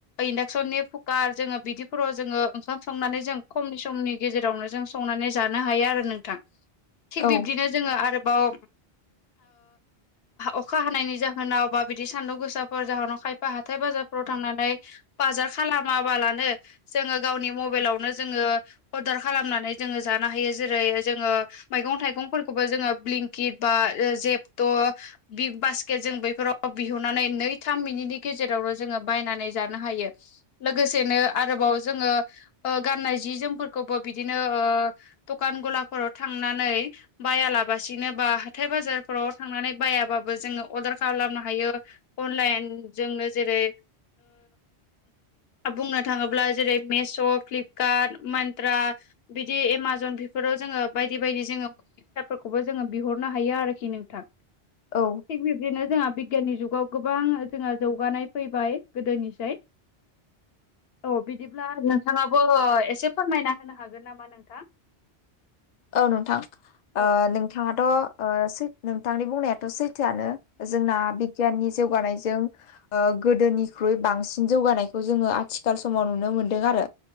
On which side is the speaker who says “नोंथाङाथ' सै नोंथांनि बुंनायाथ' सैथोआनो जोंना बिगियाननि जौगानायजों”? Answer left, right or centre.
Left